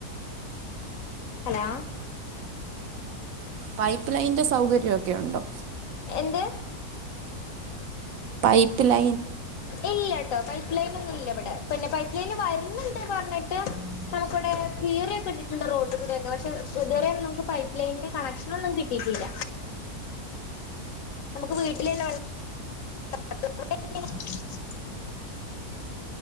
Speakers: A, on the left; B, on the right.
A: ഹലോ
B: പൈപ്പ് ലൈന്റെ സൗകര്യോക്കെ ഒണ്ടോ
A: എന്ത്
B: പൈപ്പ് ലൈൻ
A: ഇല്ലട്ടോ പൈപ്പ് ലൈനന്നും ഇല്ല ഇവിടെ പിന്നെ പൈപ്പ് ലൈൻ വരു ഇനുണ്ട് പറഞ്ഞിട്ട് നമുക്കിവിടെ കീറിയൊക്കെ ഇട്ടിട്ടുണ്ട് റോട്ട്കൂടൊക്കെ പക്ഷെ ഇതുവരെ നമുക്ക് പൈപ്പ് ലൈനിന്റെ കണക്ഷനൊന്നും കിട്ടിയിട്ടില്ല നമുക്ക് വീട്ടിലുള്ള വെള്ളം <inaudible>